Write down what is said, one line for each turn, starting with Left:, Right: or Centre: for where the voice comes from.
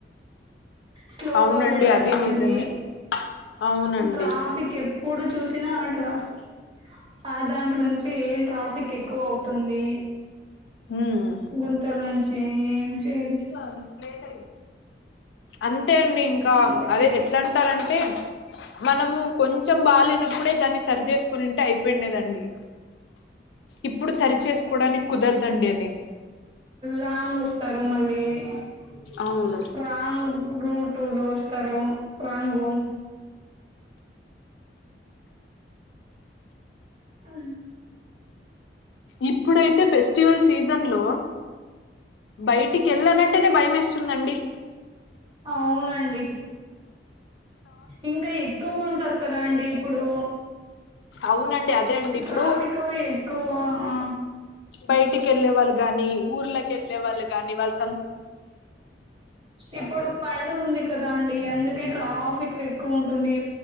Right: స్లోగా
Left: అవునండి
Right: వెళ్ళాలి
Left: అది
Right: మరి
Left: నిజమే అవునండి
Right: ట్రాఫిక్ ఎప్పుడు చూసినా ఆ ట్రాఫికే ఆ దాంట్లో నుంచి ట్రాఫిక్ ఎక్కువ అవుతుంది
Left: ఉమ్
Right: గుంతల నుంచి ఏం చేయాలి
Left: అంత అంతే అండి ఇంకా
Right: అందుకే
Left: అది ఎట్లా అంటారంటే మనము కొంచెం బాలేనప్పుడే దాన్ని సరి చేసుకొని ఉంటే అయిపోయిండేదండి ఇప్పుడు సరి చేసుకోవడానికి కుదరదండి అది
Right: లాంగ్ వస్తరు మళ్ళీ ల్లి
Left: అవును
Right: రాంగ్ రూట్ టూలో వస్తరు రాంగు ఆ
Left: ఇప్పుడైతే ఫెస్టివల్ సీజన్ లో బయట టికి వేళ్ళాలంటేనే భయం వేస్తుందండి
Right: అవునండి ఇంకా ఎక్కువ ఉంటారు కదా అండి ఇప్పుడు
Left: అవునండి అదే అండి ఇప్పుడు
Right: ట్రాఫిక్ ఎక్కువ ఆ
Left: బయటికెళ్లేే వాళ్ళు గాని ఊర్లకెళ్ళే వాళ్ళు గాని వాల్
Right: ఇప్పుడు పండుగుంది కదా అండి అందుకే ట్రాఫిక్ ఎక్కువ ఉంటుంది.